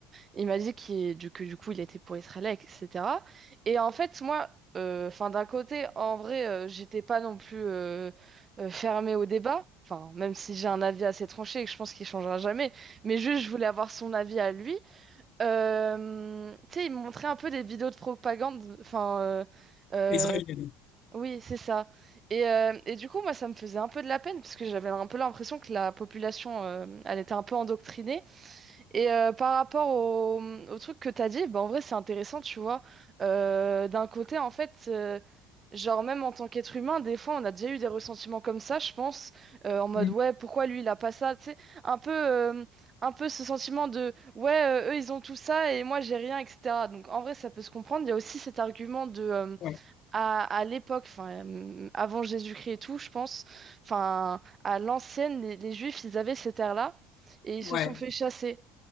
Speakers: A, on the right (about 30°); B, on the left (about 50°).
A: Il m'a dit qu'il, du- que du coup, il était pour Israël, etc. Et en fait, moi, euh, enfin, d'un côté, en vrai, euh, j'étais pas non plus euh, euh, fermée au débat. Enfin, même si j'ai un avis assez tranché et que je pense qu'il changera jamais. Mais juste, je voulais avoir son avis à lui. Euh, tu sais, il me montrait un peu des vidéos de propagande. Enfin, euh, euh,
B: Israélienne.
A: oui, c'est ça. Et, euh, et du coup, moi, ça me faisait un peu de la peine parce que j'avais un peu l'impression que la population, euh, elle était un peu endoctrinée et euh, par rapport au, au truc que t'as dit, bah, en vrai, c'est intéressant, tu vois. Euh, d'un côté, en fait, euh, genre, même en tant qu'être humain, des fois, on a déjà eu des ressentiments comme ça, je pense, euh, en mode,
B: Hmm.
A: ouais, pourquoi lui, il a pas ça, tu sais, un peu, euh, un peu ce sentiment de, ouais, euh, eux, ils ont tout ça et moi, j'ai rien, etc. Donc, en vrai, ça peut se comprendre. Il y a aussi cet argument de, euh,
B: Ouais.
A: à, à l'époque, enfin, euh, avant Jésus-Christ et tout, je pense, enfin, à l'ancienne, les, les Juifs, ils avaient cette ère-là et ils
B: Ouais.
A: se sont fait chasser.